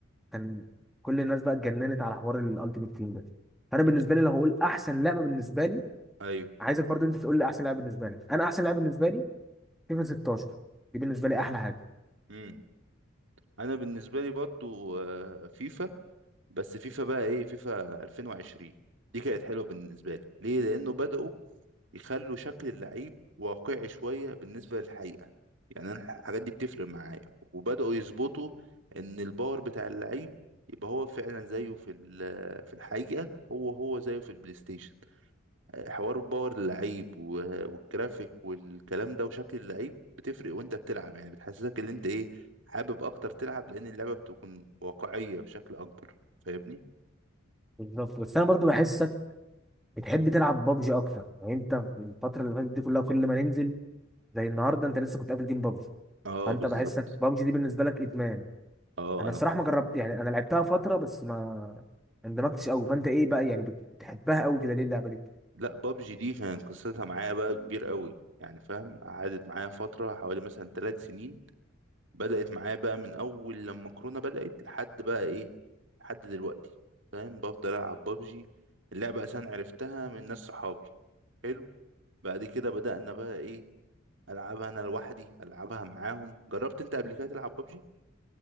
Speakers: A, in the centre; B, on the right (about 60°).
A: كان كل الناس بقى اتجننت على حوار الالتيميت تيم ده فانا بالنسبه
B: انت
A: لي لو هقول احسن لعبه بالنسبه لي
B: ايوه
A: عايزك برضو انت تقول لي احسن لعبه بالنسبه لك انا احسن لعبه بالنسبه لي فيفا 16 دي بالنسبه لي احلى حاجه
B: امم انا بالنسبه لي برضو آه، فيفا بس فيفا بقى ايه فيفا 2020 دي كانت حلوه بالنسبه لي ليه لانه بداوا يخلوا شكل اللعيب واقعي شويه بالنسبه للحقيقه يعني انا الحاجات دي بتفرق معايا وبداوا يظبطوا ان الباور بتاع اللعيب يبقى هو فعلا زيه في ال- في الحقيقه هو هو زيه في البلاي ستيشن حوار باور اللعيب و- والجرافيك والكلام ده وشكل اللعيب بتفرق وانت بتلعب يعني بتحسسك ان انت ايه حابب اكتر تلعب لان اللعبة بتكون واقعية بشكل اكبر فاهمني
A: بالظبط بس انا برضو بحسك بتحب تلعب بابجي اكتر يعني انت في الفتره اللي فاتت دي كلها كل ما ننزل زي النهارده انت لسه كنت قافل جيم بابجي
B: اه
A: فانت
B: بالظبط
A: بحسك بابجي دي بالنسبه لك ادمان
B: اه
A: انا
B: انا
A: الصراحه
B: كنت
A: ما جربت يعني انا لعبتها فتره بس ما اندمجتش قوي فانت ايه بقى يعني بت- بتحبها قوي كده ليه اللعبه دي؟
B: لا بابجي دي كان قصتها معايا بقى كبير قوي يعني فاهم قعدت معايا فترة حوالي مثلا ثلاث سنين بدأت معايا بقى من اول لما كورونا بدأت لحد بقى ايه لحد دلوقتي فاهم بفضل العب بابجي اللعبة اصلا عرفتها من ناس صحابي حلو بعد كده بدأنا بقى ايه العبها انا لوحدي العبها معاهم جربت انت قبل كده تلعب بابجي